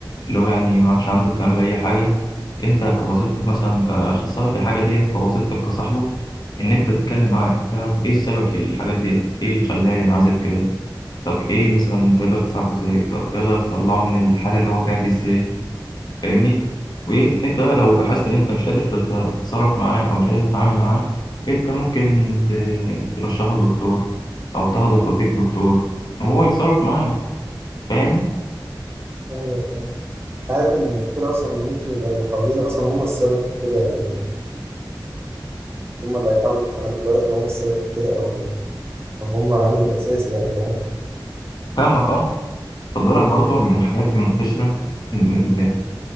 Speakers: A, on the left; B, on the right.
A: اللي هو يعني ما عادش عنده اهتمام باي حاجه انت كوظيفتك مثلا كاخصائي في الحاجه ديت او وظيفتك كصاحبه ان انت تتكلم معاه تعرف ايه السبب في الحاجات ديت ايه اللي خلاه ينعزل كده طب ايه مثلا تقدر تساعده ازاي طب تقدر تطلعه من الحاله اللي هو فيها دي ازاي فاهمني وانت بقى لو لاحظت ان انت مش قادر تتصرف معاه او مش قادر تتعامل معاه انت ممكن ت- ترشح له دكتور او تاخده توديك دكتور وهو يتصرف معاه فاهم
B: ايوه فاهم عارف إن المشكله اصلا إن ممكن يبقى اللي حواليه اصلا هم السبب في كده هم اللي هيحاولوا يساعدوه بقى لو هم السبب في كده أو أو هم العامل الأساسي يعني فاهم
A: فاهمك اه خد بالك برضه من الحاجات المنتشرة ان ال...